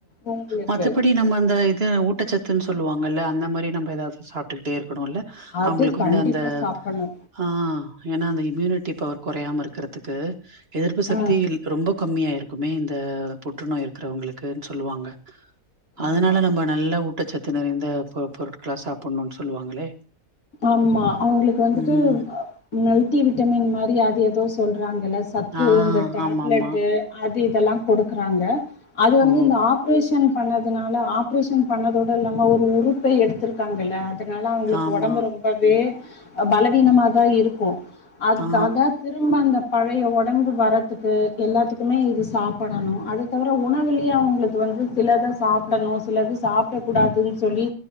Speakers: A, on the left (about 80°); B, on the right (about 45°).
A: உங்களுக்கு
B: மத்தபடி நம்ம அந்த இது ஒ ட்டச்சத்துன்னு சொல்லுவாங்கலா அந்த மாரி நம்ம ஏதாவது சாப்டுட்டே இரு க்கனுல
A: அது
B: அவங்களுக்கு
A: கண்டிப்பா
B: வந்து அந்த
A: சாப்பட்ணு
B: ஆ ஏன்னா அந்த இம்யூனி ட்டி பவர் குறையாம இருக்கிறதுக்கு எதிர்ப்பு சக்தி
A: ஆ
B: இல் ரொம்ப கம்மியாயிருக்குமே இந்த புற்றுநோய் இரு க்கறவங்களுக்குனு சொல்லுவாங்க அதனால
A: ஆமா
B: நம்ம நல்லா ஊட்டச்சத் த நிறைந்த பொ பொருட்களா சாபுட்னோ சொல்லுவாங்களே
A: ஆம்மா அவங்களுக்கு வந்துட்டு
B: ம்.
A: மெல்ட்டி விட்டமின் மாரி அது ஏதோ சொல் றாங்கள சத்து
B: ஆ
A: இந்த டேப்லெட்டு
B: ஆமாமா.
A: அது இது இதெல்லா கொடுக்குறாங்க அது வந்து
B: ஓ!
A: இந்த ஆப்ரேஷன் பண்ண ணதுனால ஆப்ரேஷன் பண்ணதோட இல்லாம ஒரு உறுப்பை எடுத்திருக்காங்கல்ல அதுனால அவங்களுக்
B: ஆமா.
A: ஒடம்பு ரொம்பவே அ பலவீனமாதா இருக்கு அதுக்காக
B: ஆ
A: திரும்ப அந்த பழைய ஒடம்பு வரத்துக்கு எல்லாத்துக்குமே இது சாப்படணு அது தவர உணவுலயே அவங்களுக்கு வந்து சிலத சாப்படணு சிலது சாப்டக்கூடாதுன் சொல்லி